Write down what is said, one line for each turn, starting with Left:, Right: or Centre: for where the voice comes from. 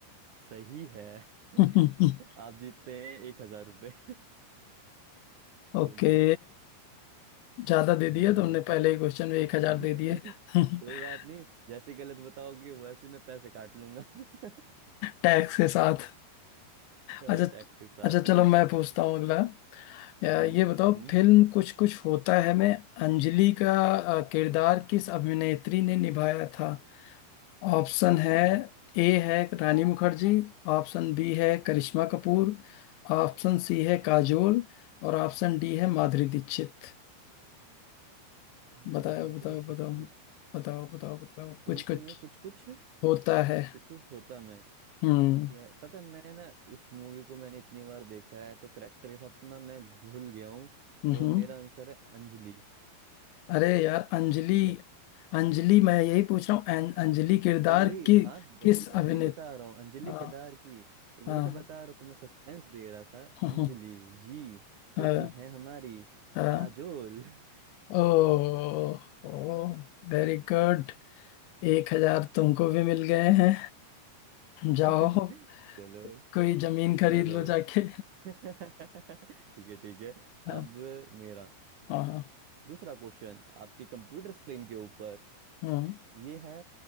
Right: सही है <laughs>
Left: हम्म <laughs>
Right: आप जीतते हैं एक हजार रुपये <laughs>
Left: ओके
Right: चलिए
Left: ज्यादा दे
Right: हम्म
Left: दिया तुमने पहले ही क्वेश्चन में एक हजार
Right: <laughs>
Left: दे दिए
Right: कोई
Left: <laughs>
Right: बात नहीं जैसे गलत बताओगे वैसे मैं पैसे काट लूंगा <laughs>
Left: टैक्स के साथ अच्छा
Right: हाँ टैक्स के साथ
Left: अच्छा चलो मैं
Right: <laughs>
Left: पूछता हूँ अगला अ,
Right: हम्म
Left: ये बताओ
Right: हम्म
Left: फिल्म कुछ कुछ होता है में अंजलि का अ, किरदार किस अभिनेत्री ने निभाया था ऑप्शन है
Right: हम्म
Left: ए है रानी मुखर्जी ऑप्शन बी है करिश्मा कपूर ऑप्शन सी
Right: हम्म,
Left: है काजोल और ऑप्शन डी है माधुरी
Right: हम्म,
Left: दीक्षित
Right: हम्म,
Left: बताओ
Right: माधुरी
Left: बताओ बताओ
Right: दीक्षित
Left: बताओ बताओ बताओ
Right: कौन
Left: कुछ कुछ
Right: से में कुछ कुछ
Left: होता है
Right: कुछ होता मैं
Left: हम्म
Right: यार पता है मैं ना इस मूवी को मैंने इतनी बार देखा है तो करेक्टर के साथ ना मैं घुल गया हूँ
Left: हम्म
Right: तो मेरा आंसर है अंजलि
Left: अरे यार अंजलि
Right: ये क्या
Left: अंजलि मैं यही पूछ रहा हूँ अं- अंजलि किरदार
Right: तो वही
Left: की
Right: हाँ तो,
Left: किस
Right: तो मैं
Left: अभिनेत
Right: ये बता रहा हूँ अंजलि
Left: हाँ
Right: केदार की तो वही
Left: हाँ
Right: तो बता रहा हूँ तो मैं सस्पेंस दे रहा था
Left: हम्म,
Right: अंजलि जी जो
Left: हाँ
Right: कि है हमारी
Left: हाँ
Right: काजोल
Left: ओ ओ वेरी गुड <laughs> एक हजार तुमको भी मिल गए हैं जाओ
Right: <laughs> चलो
Left: कोई जमीन खरीद
Right: चलो
Left: लो जाके
Right: <laughs> ठीक है ठीक है
Left: हाँ
Right: अब मेरा
Left: हाँ हाँ
Right: दूसरा क्वेश्चन आपके कंप्यूटर स्क्रीन के ऊपर
Left: हम्म
Right: ये है